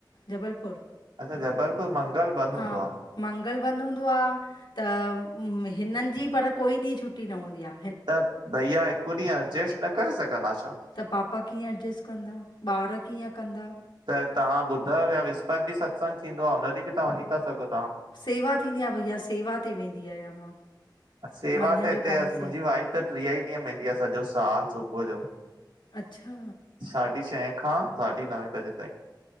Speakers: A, on the left; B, on the right.
A: जबलपुर।
B: अच्छा, जबलपुर मंगल बंदि
A: हा
B: हूंदो आहे
A: मंगल बंद हुंदो आ, त हिननि जी पर कोई ॾींहुं छुट्टी न हुंदी आ।
B: त भैया, हिकु ॾींहुं अर्जेस्ट न करे सघंदा छा?
A: त पापा कीअं एडजस्ट कंदा, ॿार कीअं कंदा?
B: त तहां ॿुधव या विस्पति बि सत्संग थींदो आ, हुन ॾींहुं बि त वंञी था सघो तहां।
A: सेवा थींदी आ भईया, सेवा ते वेंदी आयां मां।
B: सेवा
A: मंझंदि
B: त
A: जो
B: हिते
A: काई से
B: मुंजी वाइफ त ट्रीह ई ॾींहं वेंदी आ सॼो साल सुबुह जो।
A: अच्छा
B: साढी छह खां साढी नवें बजे ताईं।